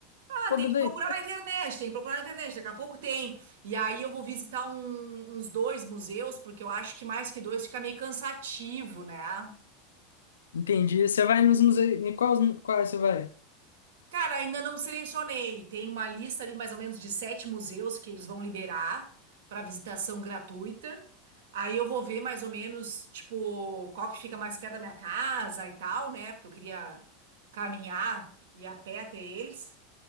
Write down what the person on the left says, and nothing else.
Pô,
que
daí?
Entendi. Você vai nos museus. Em quais, quais você vai?